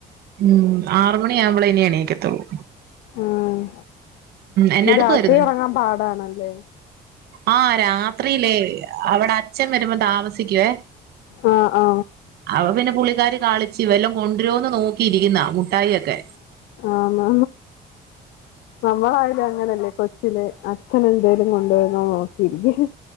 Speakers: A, on the right (about 70°); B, on the left (about 85°).
A: ഉം, ആറ്മണിയാവുമ്പോളേനി എണീയ്ക്കത്തുള്ളു.
B: ആഹ്, <unintelligible>
A: എന്നാ എടുക്കുവായിരുന്നു
B: രാത്രി ഒറങ്ങാൻ പാടാണല്ലേ
A: ആഹ് രാത്രീല് അവടെ അച്ഛൻ വരുമ്പൊ താമസിക്കുവേ
B: ആ ആ
A: അവം പിന്നെ പുള്ളിക്കാരി കളി ച്ചി വല്ലൊം കൊണ്ടുരോന്ന് നോക്കിയിരിയ്ക്കുന്നാ മുഠായി ഒക്കെ
B: ആ ആണോ നമ്മളായാലും അങ്ങനെല്ലേ കൊച്ചില് അച്ഛനെന്തേലും കൊണ്ടുവരുന്നോ നോക്കിയിരിക്കും.